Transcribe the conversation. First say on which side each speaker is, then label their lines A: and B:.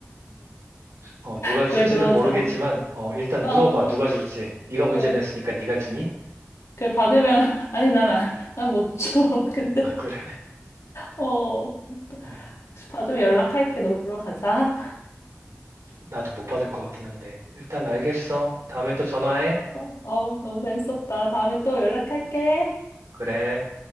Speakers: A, on the right; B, on the left.
A: 어, 누가
B: 그래,
A: 줄지는
B: 그러자.
A: 모르겠지만, 어, 일단
B: 어,
A: 물어봐. 누가 줄지. 네가
B: 그래.
A: 문제 냈으니까 네가 주니?
B: 그래, 받으면, <laughs> 아니, 난, 안- 난못 줘. <laughs> 근데,
A: 아, 그래.
B: 어,
A: 어,
B: 혹시 받으면 연락할게. 놀러 가자.
A: 나도 못 받을 것 같긴 한데. 일단 알겠어. 다음에 또 전화해.
B: 어, 어, 너무 재밌었다. 다음에 또 연락할게.
A: 그래.